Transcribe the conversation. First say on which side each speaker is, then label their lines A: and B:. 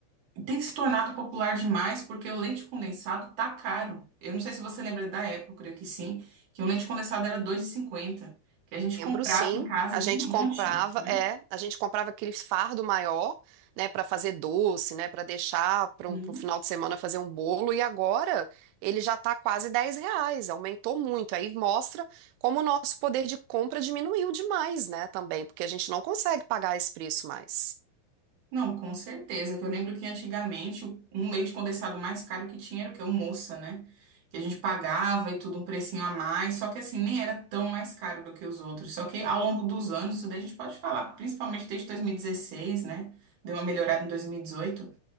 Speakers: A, on the right; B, on the right.
A: tem se tornado popular demais porque o leite condensado tá caro. Eu não sei se você lembra da época, eu creio que sim, que o leite condensado era dois e cinquenta que a gente comprava
B: Lembro, sim.
A: em casa
B: A
A: de
B: gente
A: monte,
B: comprava,
A: né?
B: é, a gente comprava aquele fardo maior, né, para fazer doce, né, para deixar para
A: Uhum.
B: um, pra um final de semana fazer um bolo. E agora ele já está quase 10 reais, aumentou muito. Aí mostra como o nosso poder de compra diminuiu demais, né, também, porque a gente não consegue pagar esse preço mais.
A: Não, com certeza. Que eu lembro que antigamente o- um leite condensado mais caro que tinha era o quê? O Moça, né? Que a gente pagava e tudo um precinho a mais. Só que assim, nem era tão mais caro do que os outros. Só que ao longo dos anos, isso daí a gente pode falar, principalmente desde 2016, né? Deu uma melhorada em 2018.